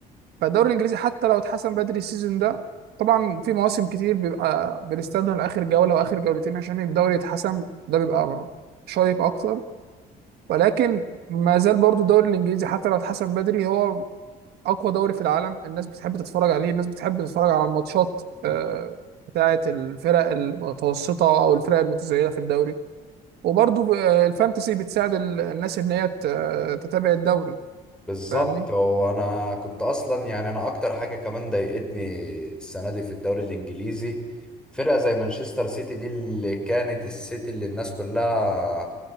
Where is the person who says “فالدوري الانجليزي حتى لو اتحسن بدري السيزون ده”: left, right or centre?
Right